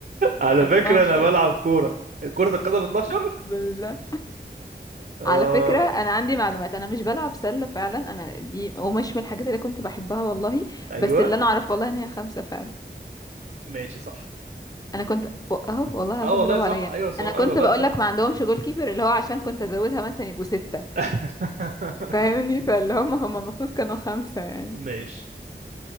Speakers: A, on the right (about 55°); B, on the left (about 20°).
A: على
B: <laughs> 12
A: فكرة أنا بلعب كورة كرة القدم 12
B: بالظبط
A: آه
B: على فكرة أنا عندي معلومات أنا مش بلعب سلة فعلا أنا دي ومش من الحاجات اللي كنت بحبها والله
A: أيوه
B: بس اللي أنا أعرفه والله إن هي خمسة فعلا
A: ماشي صح
B: أنا كنت أهو والله العظيم
A: اه والله
B: برافو
A: صح
B: عليا
A: ايوه صح
B: أنا
A: ايوه
B: كنت
A: والله
B: بقول
A: صح
B: لك ما عندهمش جول كيبر اللي هو عشان كنت أزودها مثلا يبقوا ستة
A: <laughs>
B: فاهمني فاللي هم هم المفروض كانوا خمسة يعني
A: ماشي